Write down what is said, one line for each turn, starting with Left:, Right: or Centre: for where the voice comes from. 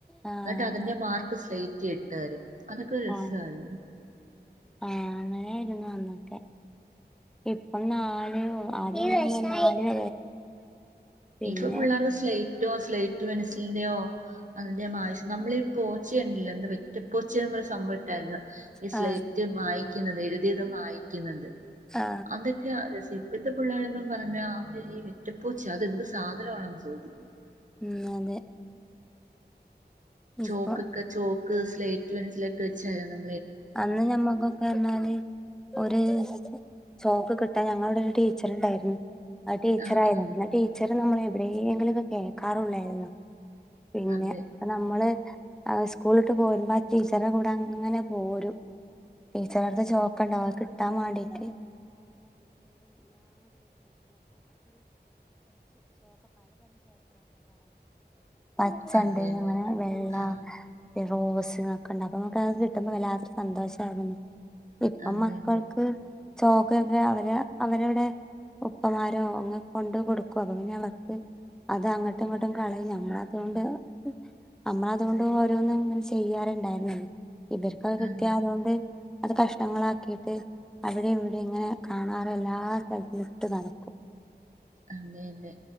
Centre: ആ
Right: ട്ടതിന്റെ
Centre: അതെ
Right: മാർക്ക് സ്ലേറ്റ് ൽ ഇട്ട് തരും അതൊക്കെ രസമായിരുന്നു
Centre: ആ ആ അങ്ങനെയായിരുന്നു അന്നൊക്കെ ഇപ്പം നാല് ആദ്യ നാല് പിന്നെ
Right: ഇപ്പം പിള്ളാർക്ക് സ്ലൈ റ്റോ സ്ലേറ്റ് പെൻസിലിൽന്റെയോ അതിന്റെയൊന്നും ആവശ്യം നമ്മളീ പോച്ച യുണ്ടല്ലോ എന്താ വെറ്റ പ്പോ ച്ചേന്നൊര് സംഭവണ്ടായിരുന്നു ഇ സ്ലൈറ്റ്
Centre: ആ
Right: മായി ക്കുന്നത് എഴുതിയത് മായിക്കുന്നത്
Centre: ആ
Right: അന്തൊക്കെയ <unintelligible> ഇപ്പഴത്തെ പിള്ളേര എന്തും പറഞ്ഞാ അവര് ഈ വെറ്റ്പ്പോച്ച അതെന്ത് സാധനവാണെന്ന് ചോദിക്കും
Centre: ഉം അതെ ഇപ്പൊ
Right: ചോക്കൊക്കെ ചോക്ക് സ്ലേറ്റ് പെൻസില് <unintelligible>
Centre: അന്ന് ഞമ്മക്കൊക്കെ പർഞ്ഞാല് ഒരു ചോക്ക് കിട്ടാൻ ഞങ്ങളവട ഒരു ടീച്ചർണ്ടായിരുന്നു അത് ടീച്ചർ
Right: ആ
Centre: ആയതാണ്
Right: ആ
Centre: പിന്നെ ടീച്ച റ് നമ്മള് എവിടേങ്കിലുക്കെ കോക്കാറൊള്ളായിരുന്നു പിന്നെ
Right: അതെ
Centre: നമ്മള് സ്കൂളിട്ട് പോരുമ്പോ ടീച്ചറെ കൂടെ അങ്ങനെ പോരു ടീച്ചറ അടുത്ത് ചോക്ക് ഉണ്ടാവ കിട്ടാൻ വണ്ടിട്ട് പച്ചണ്ട്
Right: അതെ അതെ
Centre: അങ്ങനെ വെള്ള
Right: ആ
Centre: റോസ് <unintelligible> കിട്ടമ്പ വല്ലാതൊരു സന്തോഷയിരു ഇപ്പം
Right: അതെ
Centre: മക്കൾക്ക്
Right: അതെ
Centre: ചോക്കയൊക്കെ അവരെ അവരവിടെ ഉപ്പമാരോ അങ്ങെ കൊണ്ട് കൊടുക്കുവ അപ്പൊ പിന്നെ അവർക്ക് അത് അങ്ങോട്ടും ഇങ്ങോട്ടും കളയും നമ്മള അതുകൊണ്ട് നമ്മള അതുകൊണ്ട് ഓരോന്നും ഇങ്ങനെ ചെയ്യാറുണ്ടായിരുന്ന ഇവർക്ക് കിട്ടിയാതുകൊണ്ട്
Right: അതെ
Centre: അത് കഷ്ണങ്ങളാക്കിയിട്ട് അവിടെ ഇവിടെ ഇങ്ങനെ കാണാറ് എല്ലാ സ്ഥലത്തിലും ഇട്ട് നടക്കും
Right: അതെല അതെ